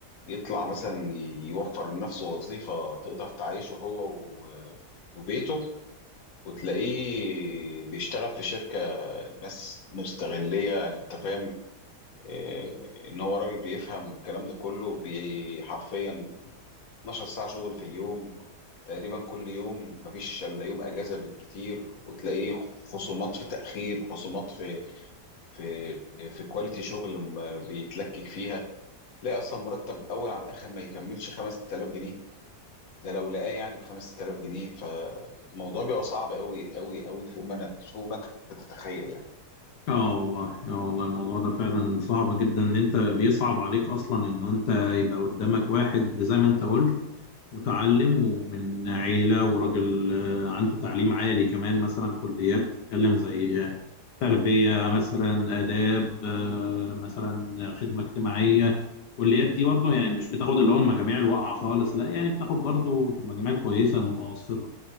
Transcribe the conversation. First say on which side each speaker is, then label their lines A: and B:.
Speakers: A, on the left (about 55°); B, on the left (about 75°).
A: يطلع مثلا يوفر لنفسه وظيفه تقدر تعيشه هو و- وبيته وتلاقيه بيشتغل في شركة ناس مستغلية انت فاهم إيه ان هو راجل بيفهم والكلام ده كله بي- حرفيا 12 ساعة شغل في اليوم تقريبا كل يوم مفيش الا يوم اجازة بالكتير وتلاقيه خصومات في تأخير خصومات في في في كواليتي شغل م- بيتلكك فيها تلاقي اصلا مرتب اول عن اخر ما يكملش 5000 جنيه ده لو لقاه يعني ب 5000 جنيه فالموضوع بيبقى صعب قوي قوي قوي فوق ما أنا- فوق ما انت تتخيل يعني
B: اه والله اه والله الموضوع ده فعلا صعب جدا ان انت بيصعب عليك اصلا ان انت يبقى قدامك واحد زي ما انت قلت متعلم ومن عيلة وراجل آه، عنده تعليم عالي كمان مثلا كليات بتتكلم زي آه، تربية مثلا آداب آه، مثلا خدمة اجتماعية الكليات دي برضه يعني مش بتاخد اللي هو المجاميع الواقعة خالص لا يعني بتاخد برضه في المجاميع الكويسة المتوسطة